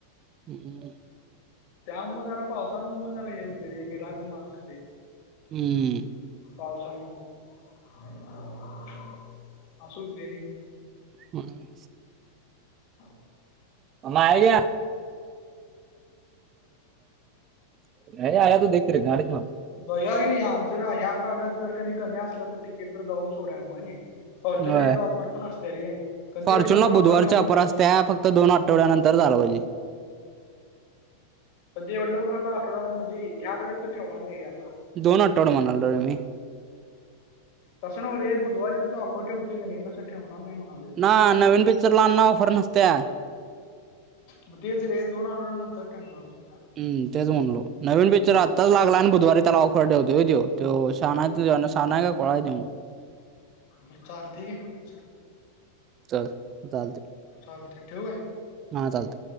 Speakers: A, on the right; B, on the left.
A: हम्म्.
B: त्यामुळ जरा पावसामुळ पण जरा हे होतय रे गिऱ्हाक मार खातंय.
A: हम्म.
B: पावसामुळं पण ह अस व्हतय रे.
A: हम.
B: हा.
A: आये क्या? मेरे आये तो देख तेरे आ गाडी ख.
B: भैया ह्या जर ह्या ऑर्डर जर का कमी असलं तर तिकीट तर जाऊन सोडा मग हनी फॉर्च्युन
A: होय
B: हेच्यात ऑफर पण असतीया रे. पण
A: फॉर्च्युनला
B: ते एवढं लवकर
A: बुधवारच्या
B: ठेवणार
A: ऑफर
B: नाही
A: असत्या
B: सोड.
A: फक्त दोन आठवड्यानंतर जायला पाहिजे.
B: तर एवढ्या लवकर आता आठवड्यात म्हणेज ह्या आठवड्यात तर ठेवणार नाही रे आता.
A: दोन आठवडे म्हणालो रे मी.
B: तसं नव रे बुधवारी तिथ ऑफर ठेवतो, कणी तस ठेवणार नाही म्हणालोय.
A: आण्णा नवीन पिक्चरला आण्णा ऑफर नसत्या.
B: मग तेच रे दोन आठवड्या नंतर ठेवणार.
A: हम् तेच म्हणलो नवीन पिक्चर आताच लागला आणि बघ बुधवारी त्याला ऑफर ठेवतोय होय त्यो शाणा शहाणा हाय काय खुळा हाय त्यो.
B: मग चालतय घे चल.
A: चल. चालतंय
B: चालतय ठेवु काय?
A: हा चालतंय